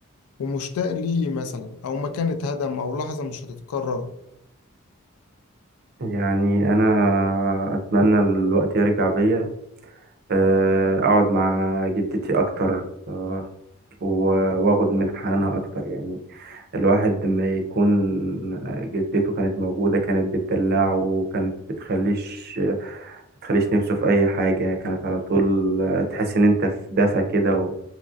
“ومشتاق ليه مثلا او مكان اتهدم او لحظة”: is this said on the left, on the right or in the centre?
Left